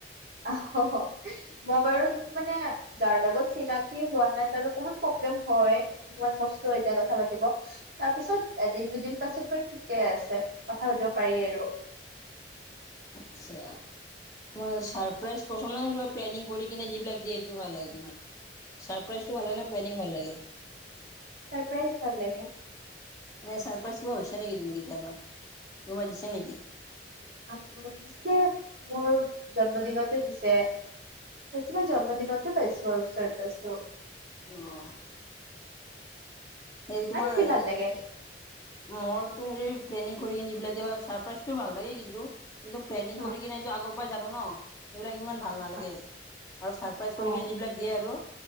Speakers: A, on the right; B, on the left.
A: <unintelligible> মই বাৰু মানে যাৰ লগত চিনাকি হোৱা নাই তাত অকমান প্ৰব্লেম হয়। অকমান কষ্ট হৈ যায় কথা পাতিব। তাৰ পিছত এদিন দুদিন পাছত বাৰু ঠিকে আছে, কথা পাতিব পাৰি আৰু।
B: আচ্ছা। তোমাৰ ছাৰপ্ৰাইজ পছন্দ হয় নে, কিবা প্লেনিং কৰি কিনে যিবিলাক দিয়ে সেইটো ভাল লাগে তোমাৰ? ছাৰপ্ৰাইজটো ভাল লাগে নে, প্লেনিং ভাল লাগে?
A: ছাৰপ্ৰাইজ ভাল লাগে।
B: এনে ছাৰপ্ৰাইজ কিবা হৈছে নেকি তুমি কেতিয়াবা? কোনোবাই দিছা নেকি?
A: আ দিছে, মোৰ জন্মদিনতে দিছে। বেছিভাগ জন্মদিনতে পাইছোঁ আৰু ছাৰপ্ৰাইজটো।
B: অ'। এই তোমাৰ
A: কি ভাল লাগে?
B: মোৰতো হেৰি প্লেনিং কৰি কিনি যিবিলাক, ছাৰপ্ৰাইজটো ভাল লাগে কিন্তু। কিন্তু প্লেনিং
A: হা
B: কৰি কিনি সেইটো আগৰ পাই জানো ন'। সেইবিলাক ইমান ভাল নালাগে,
A: হা
B: আৰু ছাৰপ্ৰাইজ কৰি
A: অ
B: কিনে যিবিলাক দিয়ে আৰু,